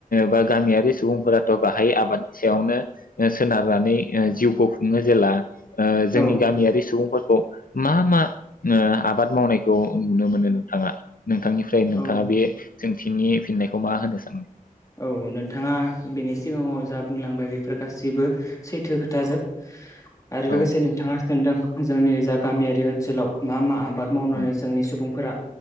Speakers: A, on the left (about 75°); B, on the left (about 25°).
A: बा गामियारि सुबुंफोराथ' गाहाइ आबाद सायावनो सोनारनानै जिउखौ खुङो जेला ओ जोंनि
B: औ
A: गामियारि सुबुंफोर खौ मा मा ओ आबाद मावनायखौ नुनो मोनो नोंथाङा? नोंथांनिफ्राय नोंथाङा
B: औ
A: बे सोंथिनि फिननायखौ मा होनो सानो?
B: औ नोंथाङा बेनि सिगाङाव जा बुंलांबाय बेफोर गासिबो सैथो खोथाजोब। आरो लोगोसे
A: औ
B: नोंथाङा सोंदों जोंनि जा गामियारि ओनसोलाव मा मा आबाद मावनानै
A: औ
B: जोंनि सुबुंफोरा